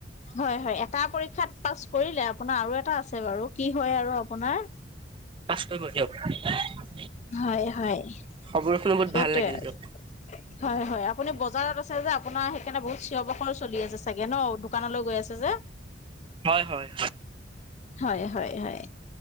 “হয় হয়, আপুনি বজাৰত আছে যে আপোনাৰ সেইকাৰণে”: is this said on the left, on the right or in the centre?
Left